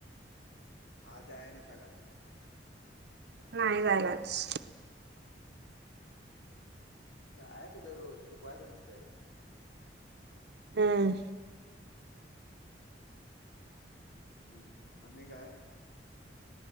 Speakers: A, on the left (about 70°); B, on the right (about 65°).
A: आज आहे आणि सकाळ.
B: नाही जायलाच.
A: जायचं तर रोज चुकवायचं नसतंय.
B: हम्म
A: हम्म आणि काय?